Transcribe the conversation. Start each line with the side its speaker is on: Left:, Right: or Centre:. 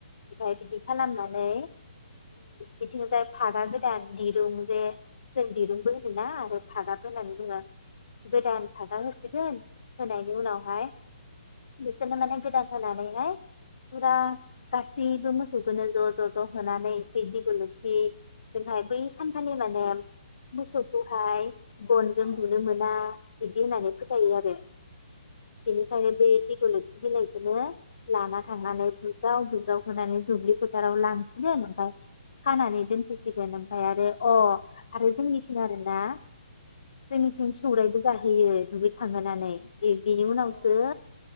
Left: ओमफ्राय बिदि खालामनानै बिथिंजाय फागा गोदान दिरुं जे जों दिरुंबो होनो ना आरो फागाबो होननानै बुङो। गोदान फागा होसिगोन होनायनि उनावहाय बिसोरनो माने गोदान होनानैहाय फुरा गाससि बो मोसौखौनो ज ज ज होनानै बिदि दिगलथि जोंहाय बै सानखालि माने मोसौखौहाय गनजों
Right: औ
Left: बुनो मोना बिदि होननानै फोथायो आरो बेनिखायनो बे दिग लथि बिलायखोनो लाना
Right: उम
Left: थांनानै बुज्राव बुज होनानै दुब्लि फोथाराव लांसिगोन ओमफ्राय खानानै दोनफैसिगोन ओमफ्राय आरो अ आरो जोंनिथि आरो ना जोंनिथिं सौराय बो जाहोयो दुगै खांहोनानै बि बिनि
Right: औ अ
Left: उनावसो